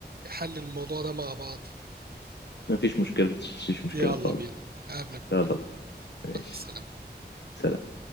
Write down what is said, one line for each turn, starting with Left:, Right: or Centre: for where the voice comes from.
Right: حل الموضوع ده مع بعض
Left: مفيش مشكله مفيش مشكله
Right: يلا
Left: خالص
Right: بينا هقابلك قريب
Left: يلا ماشي
Right: مع السلامة
Left: سلام